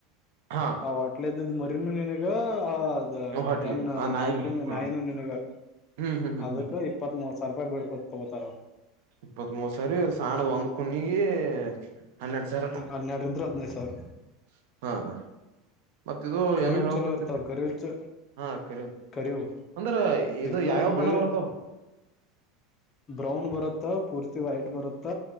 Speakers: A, on the right; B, on the left.
A: ಹಾ
B: ಹೊಟ್ಟಲಿಇದ್ದಿದ್ದ ಮರಿನು ನಿನಗ ಆ ಅದ
A: ಹೊಟ್ಲಿ
B: ಹೆಣ್ಣನಾಯಿಕುನ್ನಿ
A: ಆ ನಾಯಿನು ಹ
B: ನಾಯಿನು ನಿನಗ
A: ಹ್ಮ್ ಹ್ಮ್ ಹ್ಮ್
B: ಅದಕ್
A: ಹ್ಮ್
B: ಇಪ್ಪತ್ ಮೂರು ಸಾವಿರ ರೂಪಾಯಿ ಬಿಳ್ಳತ್ ತಗೋತಾರ
A: ಇಪ್ಪತ್ ಮೂರು ಸಾರಿ ಸಾಣದ ಒಂದ ಕುನ್ನಿಗೆ ಹನ್ನೆಡ ಸಾವಿರ
B: ಹನ್ನೆಡ ಅಂದ್ರ ಹದಿನೈದ ಸಾವರ
A: <inaudible> ಹಾ <inaudible> ಅಕಿದು
B: ಕರಿವು
A: ಏನು ಹೇಳಬೆಕತಿದ
B: ಚಲೋ ಇರ್ತಾವ ಕರಿವು
A: <inaudible>
B: ಚ
A: ಹಾ ಕರಿ
B: ಕರಿವು
A: ಅಂದ್ರ ಇದು
B: ಈಗ
A: ಯಾವ ಯಾವ
B: ಬಿಳಿ
A: ಬಣ್ಣ ಬರ್ತಾವ
B: ಬ್ರೌನ್ ಬರುತ್ತ ಪೂರ್ತಿ ವೈಟ್ ಬರುತ್ತ